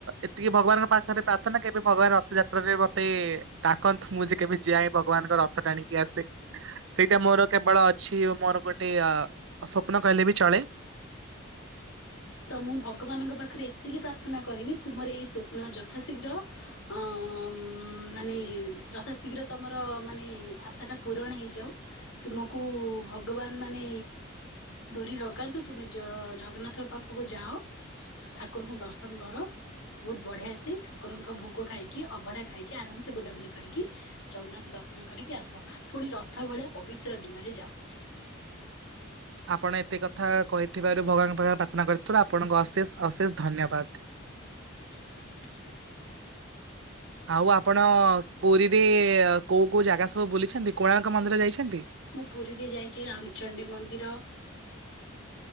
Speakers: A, on the right; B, on the left.
A: ଏତିକି ଭଗବାନଙ୍କ ପାଖରେ ପ୍ରାର୍ଥନା କେବେ ଭଗବାନ ରଥଯାତ୍ରାରେ ମତେ ଡାକନ୍ତୁ। ମୁଁ ଯେ କେବେ ଯାଏ ଭଗବାନଙ୍କ ରଥ ଟାଣିକି ଆସେ। ସେଇଟା ମୋର କେବଳ ଅଛି ମୋର ଗୋଟେ ଅ ସ୍ୱପ୍ନ କହିଲେ ବି ଚଳେ।
B: ତ ମୁଁ ଭଗବାନଙ୍କ ପାଖରେ ଏତିକି ପ୍ରାର୍ଥନା କରିବି ତୁମର ଏଇ ସ୍ୱପ୍ନ ଯଥାଶୀଘ୍ର ଅଁ ମାନେ ଯଥା ଶୀଘ୍ର ତମର ମାନେ ଆଶାଟା ପୂରଣ ହେଇଯାଉ। ତୁମକୁ ଭଗବାନ ମାନେ ଡୋରି ଲଗାନ୍ତୁ, ତୁମେ ଜ ଜଗନ୍ନାଥ ପାଖକୁ ଯାଅ। ଠାକୁରଙ୍କୁ ଦର୍ଶନ କର। ବହୁତ ବଢିଆସେ ଠାକୁରଙ୍କ ଭୋଗ ଖାଇକି ଅଭଢା ଖାଇକି ଆରାମସେ ବୁଲାବୁଲି କରିକି ଜଗନ୍ନାଥ ଦର୍ଶନ କରିକି ଆସ। ପୁଣି ରଥ ଭଳିଆ ପବିତ୍ର ଦିନରେ ଯାଅ।
A: ଆପଣ ଏତେ କଥା କହିଥିବାରୁ ଭଗବାନଙ୍କ ପାଖରେ ପ୍ରାର୍ଥନା କରିଥିବାରୁ ଆପଣଙ୍କୁ ଅଶେଷ ଅଶେଷ ଧନ୍ୟବାଦ।
B: <inaudible>
A: ଆଉ ଆପଣ ପୁରୀରେ କୋଉ କୋଉ ଜାଗା ସବୁ ବୁଲିଛନ୍ତି କୋଣାର୍କ ମନ୍ଦିର ଯାଇଛନ୍ତି?
B: ମୁଁ ପୁରୀରେ ଯାଇଚି ରାମଚଣ୍ଡୀ ମନ୍ଦିର।